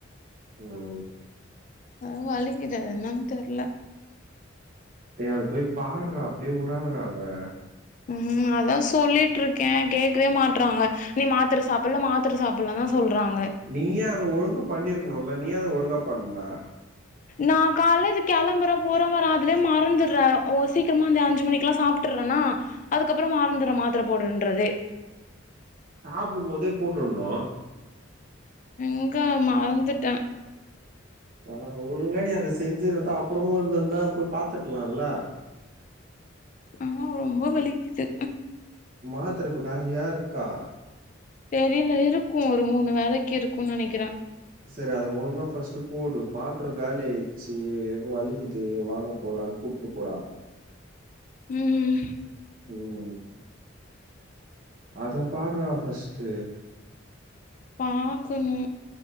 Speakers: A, on the right; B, on the left.
A: ம் ம்
B: ஆ வலிக்குது அது என்னன் தெர்ல
A: ஏ அத போய் பார்றா அப்டியே உடாதாடா அத
B: ம் அதா சொல்லிட் இருக்கே கேக்வே மாட்றாங்க நீ மாத்தர சாப்புல்ல மாத்தர சாப்புல்ல தா சொல்றாங்க
A: நீயே அத ஒழுங்கா பண்ணிருக்ணுல நீ யே அத ஒழுங்கா பண்ல
B: நா காலேஜ்க் கெளம்புற போற வர அதுலே மறந்துர்ற ஒ சீக்கிரமா அந்த அஞ்சு மணிக்லா சாப்ட்டுறனா அதுக்கப்பறோ மறந்திர மாத்தர போடனுன்றதே
A: சாப்டும் போதே போட்டுன்னு
B: ங்க மறந்துட்ட
A: ஆ ஒழுங்கா நீ அத செஞ்சிருந்தா அப்பறமும் இருந்துருந்தா போய் பாத்துருக்கலால
B: ம் ரொம்ப வலிக்குது
A: மாத்தர இப்ப காலியா இருக்கா
B: தெரியல இருக்கோ ஒரு மூணு வேலைக் இருக்கோ நினைக்குற
A: செரி அத ஒழுங்கா பஸ்ட் போடு மாத்திர காலி ஆயிடுச்சி வலிக்குது வாங்கப் எல்லாரையு கூப்ட்டுனு போடா
B: ம்
A: ம் அத பார்ரா ஃபஸ்ட்
B: பாக்கணு